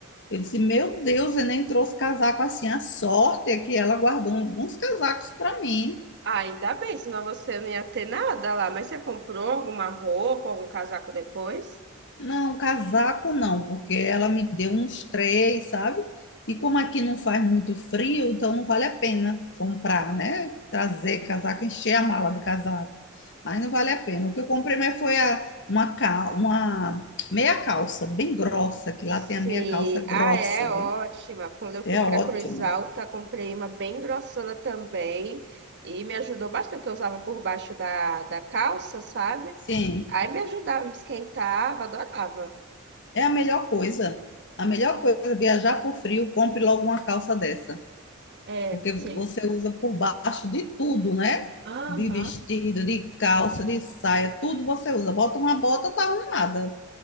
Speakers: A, on the left; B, on the right.
A: Eu disse, meu Deus, eu nem trouxe casaco assim. A sorte é que ela guardou alguns casacos para mim.
B: Ah, ainda bem, senão você não ia ter nada lá. Mas você comprou alguma roupa, algum casaco depois?
A: Não, casaco não, porque ela me deu uns três, sabe? E como aqui não faz muito frio, então não vale a pena comprar, né? Trazer casaco, encher a mala de casaco. Aí não vale a pena. O que eu comprei mais foi a- uma, cal- uma meia calça bem grossa, que lá
B: Sim,
A: tem a meia calça grossa,
B: ah, é ótima.
A: viu?
B: Quando eu fui
A: É
B: para
A: ótimo.
B: Cruz Alta, comprei uma bem grossona também. E me ajudou bastante, que eu usava por baixo da, da calça, sabe?
A: Sim,
B: Aí me ajudava, me esquentava, adorava.
A: é a melhor coisa. A melhor coisa, é viajar por frio, compre logo uma calça dessa.
B: É,
A: porque você
B: sim.
A: usa por baixo de tudo, né?
B: Aham.
A: De vestido, de calça, de saia, tudo você usa. Bota uma bota, tá arrumada,